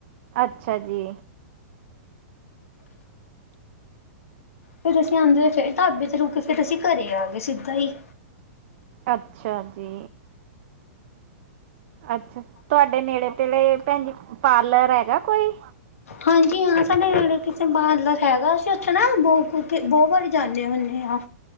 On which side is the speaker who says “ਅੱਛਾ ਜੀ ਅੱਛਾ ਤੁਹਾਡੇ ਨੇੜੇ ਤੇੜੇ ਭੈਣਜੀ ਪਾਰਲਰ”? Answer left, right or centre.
Right